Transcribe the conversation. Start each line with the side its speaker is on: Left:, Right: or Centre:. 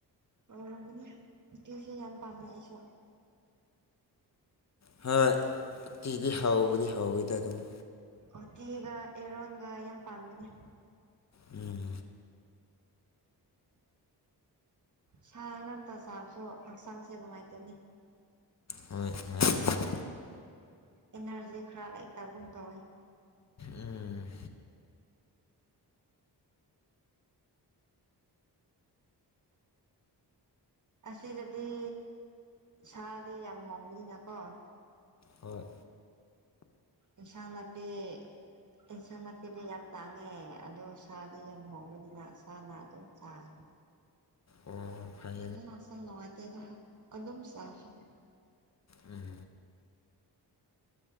Right: ꯍꯥꯎꯔꯝꯒꯥꯅꯤ ꯎꯇꯤꯁꯦ ꯌꯝ ꯄꯥꯝꯃꯦ ꯑꯩꯁꯨ
Left: ꯍꯣꯏ ꯎꯇꯤꯗꯤ ꯍꯥꯎꯕꯨꯗꯤ ꯍꯥꯎꯋꯦꯗꯥ ꯑꯗꯨꯝ
Right: ꯑꯣꯇꯤꯒꯥ ꯑꯦꯔꯣꯟꯒꯥ ꯌꯥꯝ ꯄꯥꯝꯕꯅꯦ
Left: ꯎꯝ
Right: ꯁꯥ ꯉꯛꯇꯥ ꯆꯥꯕꯁꯨ ꯍꯛꯆꯥꯡꯁꯦ ꯅꯨꯡꯉꯥꯏꯇꯦꯅꯦ
Left: ꯍꯣꯏ <unintelligible>
Right: ꯏꯅꯔꯖꯤ ꯈꯔ ꯂꯩꯇꯕꯒꯨꯝ ꯇꯧꯋꯦ
Left: ꯎꯝ
Right: ꯑꯁꯤꯗꯥꯗꯤ ꯁꯥꯗꯤ ꯌꯥꯝ ꯍꯣꯡꯕꯅꯤꯅꯀꯣ
Left: ꯍꯣꯏ
Right: ꯏꯟꯁꯥꯡ ꯅꯥꯄꯤ ꯏꯟꯁꯟ ꯅꯥꯄꯤꯗꯤ ꯌꯥꯝ ꯇꯥꯡꯉꯦ ꯑꯗꯣ ꯁꯥꯗꯤ ꯌꯥꯝ ꯍꯣꯡꯕꯅꯤꯅ ꯁꯥꯅ ꯑꯗꯨꯝ ꯆꯥꯏ
Left: ꯑꯣ ꯐꯩ
Right: <unintelligible> ꯅꯨꯉꯥꯏꯇꯦꯗ ꯍꯛ ꯑꯗꯨꯝ ꯆꯥꯐꯅꯤ
Left: ꯎꯝ